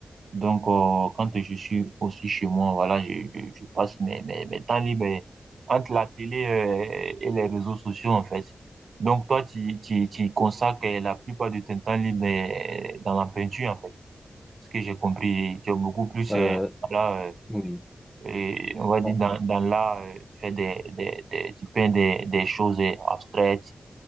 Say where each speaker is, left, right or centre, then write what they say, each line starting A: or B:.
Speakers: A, on the right; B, in the centre.
A: Donc, euh, quand je suis aussi chez moi, voilà, je, je, je passe mes, mes, mes temps libres euh, entre la télé, euh, et les réseaux sociaux, en fait. Donc, toi, tu, tu, tu consacres euh, la plupart de ton temps libre euh, dans la peinture, en fait. Ce que j'ai compris, tu es beaucoup plus,
B: Euh,
A: euh, voilà, euh,
B: oui.
A: et on va dire
B: Bon,
A: dans, dans l'art, euh, faire des, des, des, tu peins des, des choses euh, abstraites,